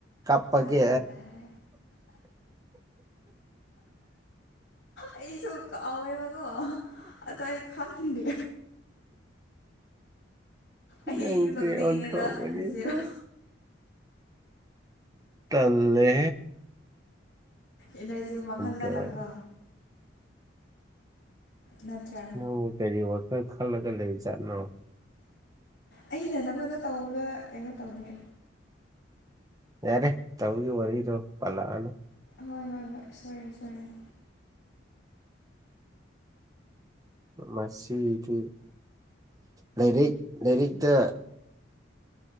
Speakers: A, on the right (about 20°); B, on the left (about 60°).
A: ꯀꯄꯒꯦ
B: ꯇꯥꯔꯦ ꯇꯥꯔꯦ ꯑꯩꯁꯨ ꯑꯋꯥꯕꯒꯣ ꯑꯗꯣ ꯑꯩ ꯈꯥꯟꯗꯦ ꯑꯩꯗꯤ
A: ꯅꯪꯆ
B: ꯅꯣꯛꯅꯤꯡꯉꯦꯗ
A: ꯑꯣꯊ ꯑꯃꯅꯤꯅꯤꯀ
B: ꯖꯦꯔꯣ
A: ꯇꯜꯂꯦ
B: ꯏꯅꯔꯖꯤ ꯃꯥꯡꯍꯜꯂꯒꯀꯣ
A: ꯇꯨꯔꯟ
B: ꯅꯠꯇ꯭ꯔꯥ
A: ꯅꯪ ꯀꯔꯤ ꯋꯥꯈꯜ ꯈꯜꯂꯒ ꯂꯩ ꯆꯠꯅꯣ
B: ꯑꯩꯅ ꯅꯪꯉꯣꯟꯗ ꯇꯧꯕꯗ ꯀꯩꯅꯣ ꯇꯧꯗꯦ
A: ꯌꯥꯔꯦ ꯇꯧꯒ ꯋꯥꯔꯤꯔꯗ ꯄꯂꯅ
B: ꯍꯣꯏ ꯍꯣꯏ ꯍꯣꯏ ꯁꯔ ꯁꯔ
A: ꯃꯁꯤꯗꯤ ꯂꯥꯏꯔꯤꯛ ꯂꯥꯏꯔꯤꯛꯇ